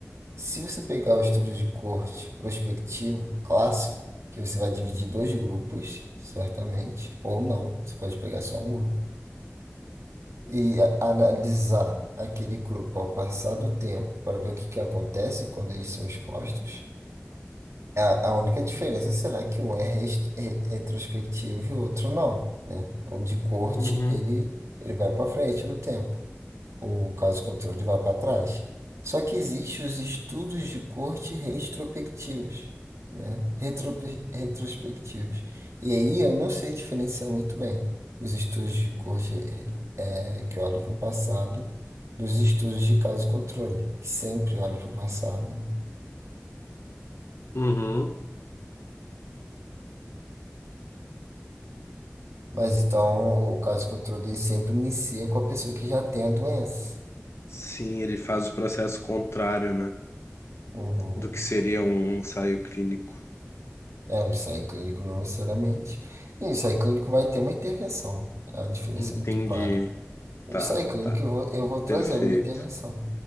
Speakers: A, on the right; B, on the left.
A: Se você pegar o estudo de corte prospectivo, clássico, que você vai dividir dois grupos, certamente, ou não, você pode pegar só um grupo, e a- analisar aquele grupo ao passar do tempo para ver o que, que acontece quando eles são expostos, é, A, a única diferença será que um é rest- re- retrospectivo e o outro não, né? O de corte,
B: uhum,
A: ele, ele vai para frente no tempo. O caso controle vai para trás. Só que existem os estudos de corte retrospectivos, né? Retrope- retrospectivos. E aí eu não sei diferenciar muito bem os estudos de corte eh, que olham para o passado dos estudos de caso controle, que sempre olham para o passado. né?
B: uhum.
A: Mas então o caso de controle sempre inicia com a pessoa que já tem a doença.
B: Sim, ele faz o processo contrário, né,
A: Uhum.
B: do que seria um ensaio clínico.
A: É, o ensaio clínico não necessariamente. E o ensaio clínico vai ter uma intervenção. A diferença
B: Entendi.
A: é muito clara. O
B: Tá,
A: ensaio clínico
B: tá.
A: eu vou, eu vou trazer
B: Perfeito.
A: alguma intervenção.